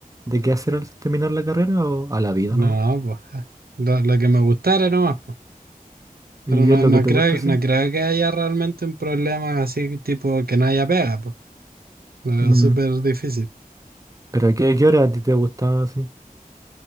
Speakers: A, on the right (about 20°); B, on the right (about 85°).
A: de qué hacer al terminar la carrera o a la vida,
B: No,
A: no?
B: pues ja, lo, lo que me gustara nomás, pues.
A: ¿Y
B: Pero no,
A: qué es lo
B: no
A: que te
B: creo,
A: gusta, sí?
B: no creo que haya realmente un problema así, tipo que no haya pega, pues. Lo veo
A: Mm,
B: súper difícil.
A: ¿Pero a qué, qué hora a ti te gustaba, así?